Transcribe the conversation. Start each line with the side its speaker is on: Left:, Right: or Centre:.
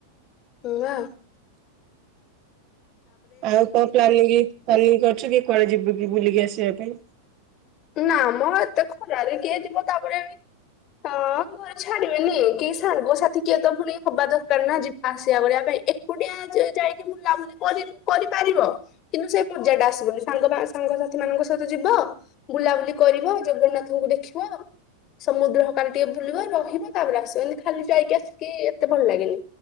Left: ନା।
Right: ଆଉ କଣ ପ୍ଲାନିଂ ପ୍ଲାନିଂ କରୁଛ କି କୁଆଡେ ଯିବୁ କି ବୁଲିକି ଆସିବା ପାଇଁ?
Left: ନା ମ ଏତେ ଖରାରେ କିଏ ଯିବ ତାପରେ ହଁ ଘରେ ଛାଡିବେନି କେହି ସାଙ୍ଗ ସାଥି କିଏ ତ ପୁଣି ହବା ଦରକାର ନା ଯିବା ଆସିବା ଭଳିଆ ପାଇଁ। ଏକୁଟିଆ ଯାଇକି ବୁଲାବୁଲି କରିପାରିବ କିନ୍ତୁ ସେ ପୂଜା ଟା ଆସିବନି ସାଙ୍ଗ ସାଙ୍ଗସାଥି ମାନଙ୍କ ସହିତ ଯିବ ବୁଲାବୁଲି କରିବ ଜଗନ୍ନାଥଙ୍କୁ ଦେଖିବ। ସମୁଦ୍ର ହକାଲି ଟିକେ ବୁଲିବ ରହିବ ତାପରେ ଆସିବ ଏତି ଖାଲି ଯାଇକି ଆସିକି ଏତେ ଭଲ ଲାଗେନି।